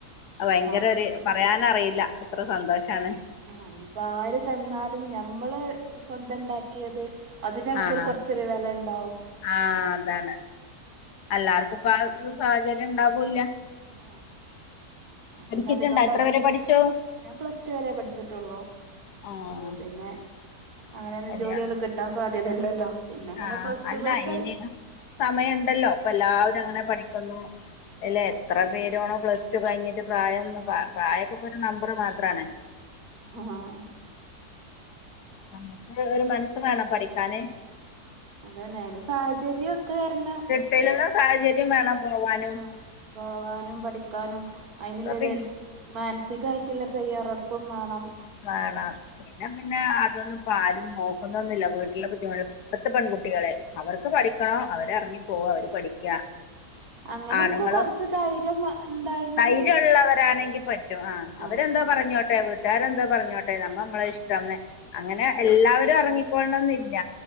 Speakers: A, on the left; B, on the right.
A: അത് ഭയങ്കര
B: ആഹ്
A: ഒരു പറയാനറിയില്ല അത്ര സന്തോഷാണ്
B: ആഹ് അയ്നിപ്പോ ആര് തന്നാലും ഞമ്മള് സ്വന്തം ണ്ടാക്കിയത് അതിന് നമുക്കൊരു
A: ആഹ്
B: കൊർച്ചൊരു വെലണ്ടാവും
A: ആഹ് അതാണ് എല്ലാർക്കും ഇപ്പ ആ സാഹചര്യണ്ടാവൂല്ല
B: ആ ഞാ
A: പഠിച്ചിട്ടുണ്ടോ
B: പിന്നെ അതികം
A: എത്ര
B: പഠിച്ച്
A: വരെ പഠിച്ചു
B: ഞാൻ പ്ലസ് ടു വരെ പഠിച്ചിട്ടുള്ളു
A: ആഹ്
B: അപ്പപിന്നെ അങ്ങനെയൊന്നും
A: കല്യാണം
B: ജോലിയൊന്നും കിട്ടാൻ സാധ്യതല്ലല്ലോ പിന്നെങ്ങനെ
A: ആഹ്
B: പ്ലസ്
A: അല്ല
B: ടു ബെയ്‌സായിറ്റ്
A: ഇനി സമയണ്ടല്ലോ പ്പൊ എല്ലാവരും അങ്ങനെപഠിക്കുന്നു അല്ല എത്ര പേരാണോ പ്ലസ് ടു കഴിഞ്ഞിട്ട് പ്രായം പ്രായൊകെപ്പൊര് നമ്പർ മാത്രാണ്
B: ആഹ്
A: നമ്മക്ക് ഒരു മനസ്സ് വേണം പഠിക്കാന്
B: അതന്നെ അയിന് സാഹചര്യം ഒത്തുവരണം
A: പിന്നെല്ലോ സാഹചര്യം ര്യം വേണംപോവാൻ
B: ആഹ് പോവാനും പഠിക്കാനും അയ്ന്ല്ലൊര്
A: ഇപ്പ പി
B: മാനസികായിട്ടുള്ളരു തയ്യാറെടുപ്പുംവേണം
A: വേണം പിന്നെ പിന്നെ അതൊന്നും ഇപ്പ ആരുംനോക്കുന്നൊന്നില്ല വീട്ടിലെ ബുദ്ധിമുട്ട് ഇപ്പത്തെ പെൺകുട്ടികളെ അവർക്ക് പഠിക്കണോ അവരെറങ്ങിപ്പോക അവര് പഠിക്ക
B: അങ്ങനെ
A: ആണുങ്ങളും
B: നമുക്ക് കൊറച്ച് ധൈര്യം ഉണ്ടായിരുന്നെങ്കി
A: ധൈര്യള്ളവരാണെങ്കിൽ പ റ്റും ആ അവരെന്തോ
B: ആഹ്
A: പറഞ്ഞോട്ടെ വീട്ടാരെന്തോ പറഞ്ഞോട്ടെ നമ്മ നമ്മള ഇഷ്ടന്ന് അങ്ങനെ എല്ലാവരും ഇറങ്ങിക്കൊൾണംന്നില്ല